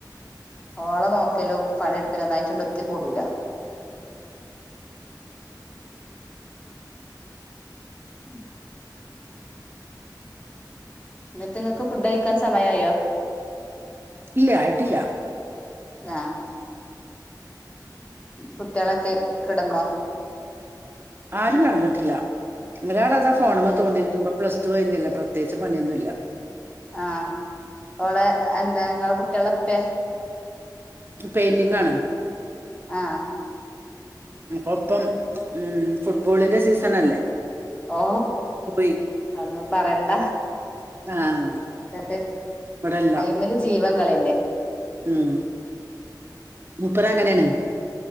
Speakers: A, on the left; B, on the right.
A: ഓള നോക്കലും പണി ഇടുക്കലും ഒന്നായിട്ടണ്ട് ത്തി കൊടൂല ഉം എന്നിട്ട് ഇങ്ങക്ക് ഫുഡ് കഴിക്കാൻ സമയായോ
B: ഇല്ല ആയിട്ടില്ല
A: ആഹ് കുട്ട്യേളൊക്കെ കെടന്നോ
B: ആരും നടന്നിട്ട്ല്ല ഇന്നൊരാള് ഫോണ്മെ
A: ഏഹ്
B: തോണ്ടി <unintelligible> പ്ലസ് ത്തു കഴിഞ്ഞാല്ലൊ പ്രത്യേയിച്ച് പണിയൊന്നുല്ല
A: ആഹ് ഓളെ എന്താ ഇങ്ങളെ കുട്ട് തെളപ്പേ
B: പെയിന്റിങ്ങാണ്
A: ആഹ
B: അപ്പപ്പം ഉ ഫുട്ബോളിന്റെ സീസൺ അല്ലേ
A: ഓ
B: പോയി
A: അന്നും പറയണ്ട
B: ആഹ്
A: അതെ
B: ഇവിടെല്ല
A: അമല് ജീവൻ െല്ലേ
B: ഉം മുപ്പര അങ്ങനെയാണ്